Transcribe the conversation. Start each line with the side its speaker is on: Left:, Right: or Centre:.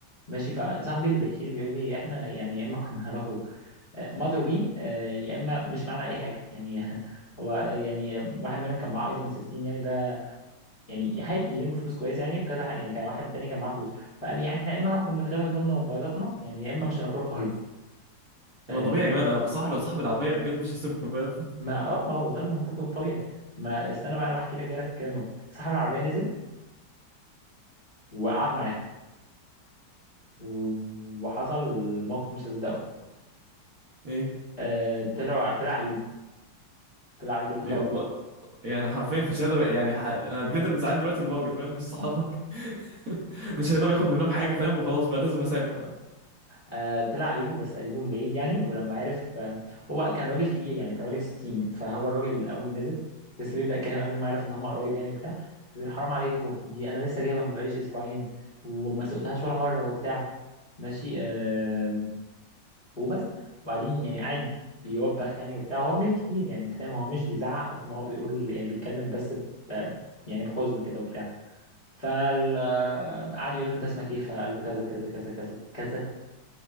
Left: ماشي فصاحبي اللي بيحكي لي بيقول لي احنا يعني يا اما كنا <laughs> هنخرج آه، مضروبين آه، يا اما مش معانا اي حاجه يعني <laughs> هو يعني واحد منهم كان معاه ايفون 13 يعني ده يعني هاي يلم فلوس كويسه يعني وكذا حق يعني كان واحد تاني كان معاه فلوس فقال لي يعني احنا يا اما نخرج من غير هدومنا وموبايلاتنا يعني يا اما مش هنخرج خالص آه
Right: ما طبيعي يا جماعه أنا بصراحه لو صاحب العربيه بجد مش هسيبكم فاهم
Left: ما اه آه، هو ده المنطقي والطبيعي ما استنى بقى انا بحكي لك جاي في الكلام اهو صاحب العربيه نزل وقعد معاهم و- وحصل موقف مش هصدقه
Right: ايه
Left: آه طلع طلع قريبه طلع قريب اللي خبره
Right: يلا يعني حرفيا مش هيقدر يعني ح... انا بجد اللي مزعلان دلوقتي الراجل فاهم مش صحابك <laughs> مش هيقدر ياخد منهم حاجه فاهم وخلاص بقى لازم اسامح بقى
Left: آه طلع قريبه بس قريبه من بعيد يعني ولما عرف آه هو كان راجل كبير يعني كان راجل 60 فهو الراجل اول ما نزل لسه بيبدأ الكلام قبل ما يعرف ان هم قرايب يعني وبتاع فبيقول حرام عليكم دي انا لسه جايبها ما بقاليش اسبوعين وما سقتهاش ولا مره وبتاع ماشي آه وبس وبعدين يعني قاعد بيوبخ يعني وبتاع هو راجل كبير يعني انت فاهم هو مش بيزعق قد ما هو بيقول يعني بيتكلم بس ب يعني بحزن كده وبتاع فقعد يقول له انت اسمك ايه فقال له كذا كذا كذا كذا كذا